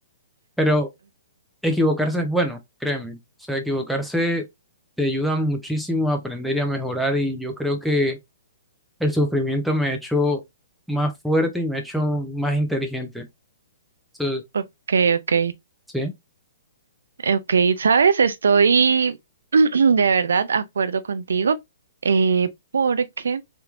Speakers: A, in the centre; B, on the right.
A: pero equivocarse es bueno, créeme, o sea, equivocarse te ayuda muchísimo a aprender y a mejorar y yo creo que el sufrimiento me ha hecho más fuerte y me ha hecho más inteligente. So,
B: Ok, ok.
A: sí,
B: Ok, sabes, estoy <clears throat> de verdad acuerdo contigo, eh, porque